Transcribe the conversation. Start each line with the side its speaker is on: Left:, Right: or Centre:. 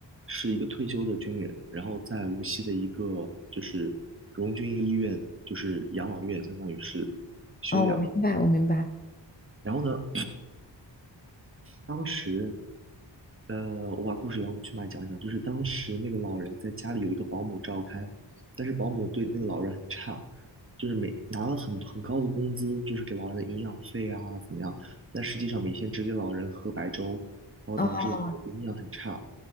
Right: 是一个退休的军人，然后在无锡的一个就是荣军医院，就是养老院，相当于是收养。
Left: 哦，我明白，我明白。
Right: 然后呢，当时呃，我把故事当中去脉讲一讲，就是当时那个老人在家里有一个保姆照看，但是保姆对那个老人很差，就是每拿了很很高的工资，就是给老人的营养费啊怎么样，但实际上每天只给老人喝白粥，然后导致老人营养很差。
Left: 哦，